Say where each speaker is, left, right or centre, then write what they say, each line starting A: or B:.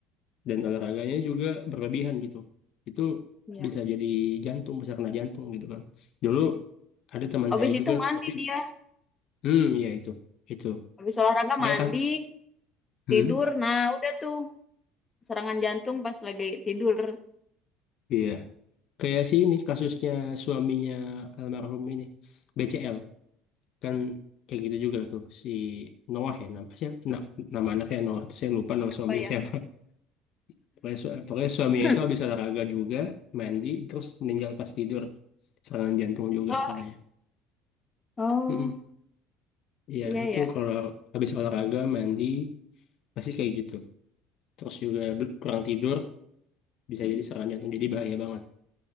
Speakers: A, on the left; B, on the left.
A: dan olahraganya juga berlebihan gitu. Itu
B: Iya.
A: bisa jadi jantung, bisa kena jantung gitu kan. Dulu ada teman
B: Abis
A: saya juga
B: itu mandi
A: tapi
B: dia,
A: hmm ya itu. Itu.
B: abis olahraga
A: Kayak
B: mandi,
A: kas hmm
B: tidur. Nah, udah tuh serangan jantung pas lagi tidur
A: iya. Kayak sih ini kasusnya suaminya almarhum ini BCL. kan kayak gitu juga tuh si Noah ya nama siapa na- nama anaknya Noah Terus saya lupa nama
B: apa
A: suaminya
B: ya
A: siapa <laughs> pokoknya, su- pokoknya suaminya
B: <laughs>
A: itu habis olahraga juga mandi terus meninggal pas tidur serangan jantung juga
B: oh
A: katanya
B: oh
A: Mm-mm. ya
B: iya
A: itu
B: ya
A: kalau habis olahraga mandi pasti kayak gitu terus juga bel- kurang tidur bisa
B: Mm,
A: jadi serangan jantung jadi bahaya banget